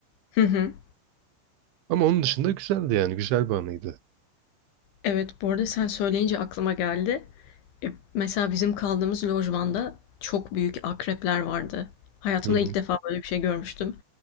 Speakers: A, on the left; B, on the right.
A: Hı hı.
B: Ama onun dışında güzeldi yani. Güzel bir anıydı.
A: Evet, bu arada sen söyleyince aklıma geldi. E, mesela bizim kaldığımız lojmanda çok büyük akrepler vardı. Hayatımda
B: Hı.
A: ilk defa böyle bir şey görmüştüm.